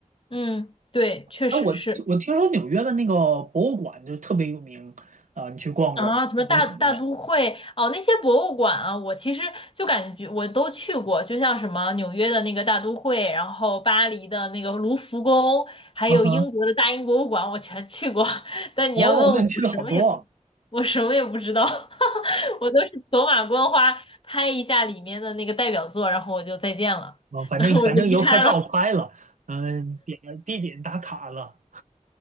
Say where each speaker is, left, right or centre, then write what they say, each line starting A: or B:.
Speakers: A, on the left; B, on the right.
A: 嗯，对，确实是。
B: 哎，我我听说纽约的那个博物馆就特别有名啊，你去逛过吗？
A: 啊，什么大大都会哦，
B: 你觉得怎么样？
A: 那些博物馆啊，我其实就感觉我都去过，就像什么纽约的那个大都会，然后巴黎的那个卢浮宫，还有英国的大英博物馆，
B: 啊哈，
A: 我全去过。<laughs> 但你要问我，
B: 哦，那你去的好多啊
A: 我什么也我什么也不知道，<laughs> 我都是走马观花拍一下里面的那个代表作，然后我就再见了，
B: 啊，反正反正游客照拍了，
A: <laughs> 我就离开了。
B: 嗯、点地点打卡了。